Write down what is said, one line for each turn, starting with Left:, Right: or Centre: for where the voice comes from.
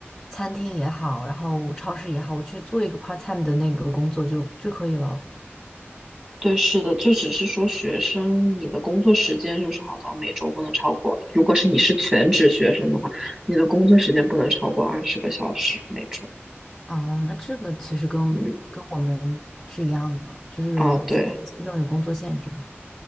Centre: 餐厅也好，然后超市也好，我去做一个 part time 的那个工作就就可以了。
Right: 对，是的，就只是说学生，你的工作时间就是好像每周不能超过，如果是你是全职学生的话，你的工作时间不能超过二十个小时每周。
Centre: 哦，那这个其实跟
Right: 嗯，
Centre: 跟我们是一样的，就是有学生签证有工作限制嘛。
Right: 啊，对，